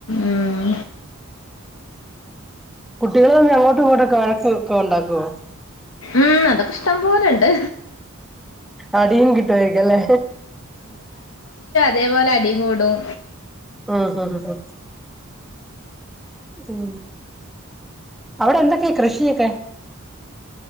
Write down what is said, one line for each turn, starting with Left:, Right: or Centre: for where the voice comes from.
Left: ഉം
Centre: കുട്ടികള് തമ്മിൽ അങ്ങോട്ടും ഇങ്ങോട്ടൊക്കെ വഴക്ക് ഒക്കെ ഉണ്ടാക്കോ
Left: ഉം അതൊക്കെ ഇഷ്ടംപോലെ ണ്ട്
Centre: അടീം കിട്ട്വായിരിക്കല്ലേ
Left: തേപോലെ അടീം കൂടും
Centre: ഉം ഉം അവിടെ എന്തൊക്കെയ കൃഷിയൊക്കെ